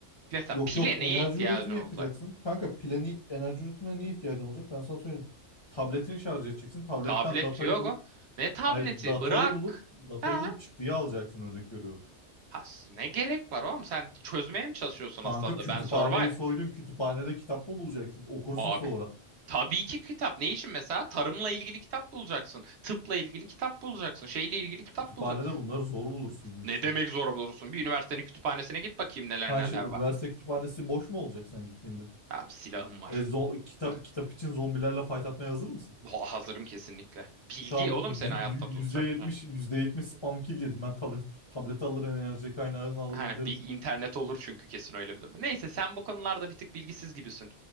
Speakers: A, on the right (about 70°); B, on the left (about 35°).
A: Mesela
B: Yok
A: pile
B: yok
A: neye
B: enerji
A: ihtiyacın
B: üretimi
A: olacak?
B: yapacaksın. Kanka plani enerji üretimine niye ihtiyacın olacak? Ben sana söyleyeyim. Tabletini şarj edeceksin. Tabletten
A: Tablet
B: datayı
A: yok.
B: bul
A: Ne tableti?
B: Hayır, datayı
A: Bırak.
B: bulup datayı
A: Ha?
B: bulup çıktıyı alacaksın örnek veriyorum.
A: Ha, ne gerek var oğlum? Sen çözmeye mi çalışıyorsun
B: Kanka
A: hastalığı?
B: kütüphaneyi
A: Ben survive.
B: soydun. Kütüphanede kitap mı bulacaksın? Okursun
A: Abi.
B: sonra.
A: Tabii ki kitap. Ne için mesela? Tarımla ilgili kitap bulacaksın. Tıpla ilgili kitap bulacaksın. Şeyle ilgili kitap
B: Kütüphanede
A: bulacaksın.
B: bunları zor bulursun işte.
A: Ne demek zor bulursun? Bir üniversitenin kütüphanesine git bakayım neler
B: Ha
A: neler
B: işte üniversite
A: var.
B: kütüphanesi boş mu olacak sen gittiğinde?
A: Abi silahım var.
B: E, zo- kitap
A: Üh,
B: kitap için zombilerle fight atmaya hazır mısın?
A: ha- hazırım kesinlikle. Bilgi
B: Tamam
A: oğlum
B: yü-
A: seni hayatta
B: yü-
A: tutacak.
B: yüzde %70 spam kill yedim. Ben tablet tableti alırım enerji kaynağını alırım
A: Hani
B: giderim.
A: bil internet olur çünkü kesin öyle bir durum. Neyse sen bu konularda bir tık bilgisiz gibisin.